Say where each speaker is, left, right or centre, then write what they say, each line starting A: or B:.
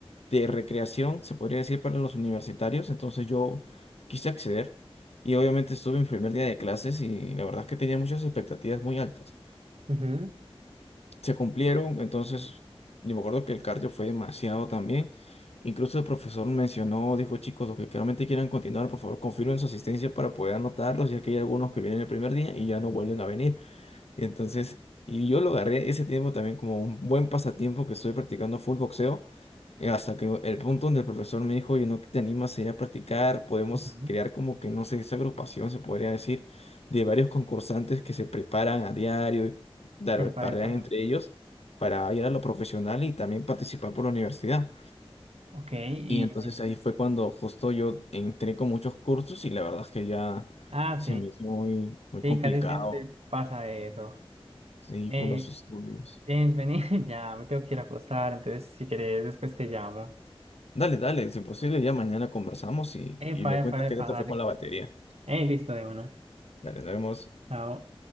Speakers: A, on the left (about 80°); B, on the right (about 85°).
A: de recreación, se podría decir para los universitarios, entonces yo quise acceder y obviamente estuve en primer día de clases y la verdad es que tenía muchas expectativas muy altas
B: Ujú.
A: se cumplieron, entonces yo me acuerdo que el cardio fue demasiado también. Incluso el profesor mencionó, dijo, chicos, los que claramente quieran continuar, por favor, confirmen su asistencia para poder anotarlos, ya que hay algunos que vienen el primer día y ya no vuelven a venir. Y entonces, y yo lo agarré ese tiempo también como un buen pasatiempo que estoy practicando full boxeo eh, Hasta que el punto donde el profesor me dijo, oye, ¿no te animas a ir a practicar? Podemos
B: Ujú.
A: crear como que, no sé, esa agrupación, se podría decir, de varios concursantes que se preparan a diario y dar-
B: Epa,
A: parean
B: epa.
A: entre ellos para ir a lo profesional y también participar por la universidad.
B: Ok, y...
A: Y entonces ahí fue cuando justo yo entré con muchos cursos y la verdad es que ya
B: Ah,
A: se
B: sí,
A: me hizo muy, muy
B: sí,
A: complicado,
B: casi siempre pasa eso.
A: sí,
B: Hey,
A: por los estudios.
B: James, vení, <laughs> ya me tengo que ir a acostar, entonces si querés después te llamo.
A: Dale, dale, si posible, ya mañana conversamos y,
B: Epa,
A: y me
B: epa,
A: cuentas
B: epa,
A: qué tal te
B: dale.
A: fue con la batería.
B: Hey, listo de una.
A: Dale, nos vemos.
B: Chao.